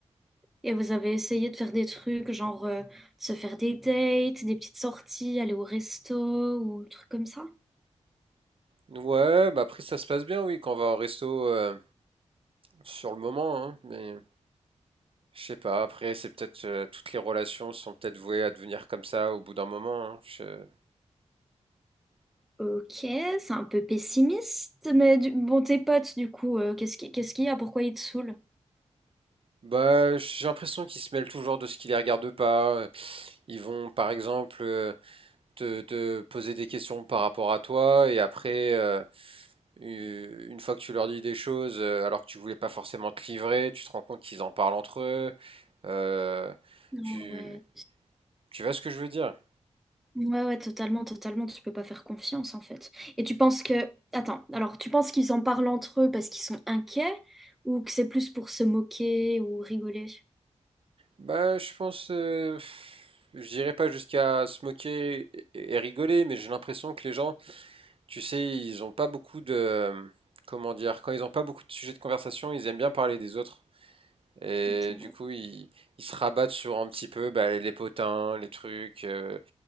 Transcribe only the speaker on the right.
Ouais, bah après ça se passe bien, oui, quand on va au resto euh, sur le moment, hein, mais je sais pas, après c'est peut-être euh, toutes les relations sont peut-être vouées à devenir comme ça au bout d'un moment. hein, je-
Bah j'ai l'impression qu'ils se mêlent toujours de ce qui les regarde pas. Ils vont par exemple euh, te, te poser des questions par rapport à toi et après euh, une fois que tu leur dis des choses euh, alors que tu voulais pas forcément te livrer, tu te rends compte qu'ils en parlent entre eux. Euh,
tu
tu vois ce que je veux dire?
Bah je pense euh, je dirais pas jusqu'à se moquer et et rigoler, mais j'ai l'impression que les gens, tu sais, ils ont pas beaucoup de comment dire, quand ils ont pas beaucoup de sujets de conversation, ils aiment bien parler des autres. Et
du coup, ils, ils se rabattent sur un petit peu bah, les potins, les trucs. euh,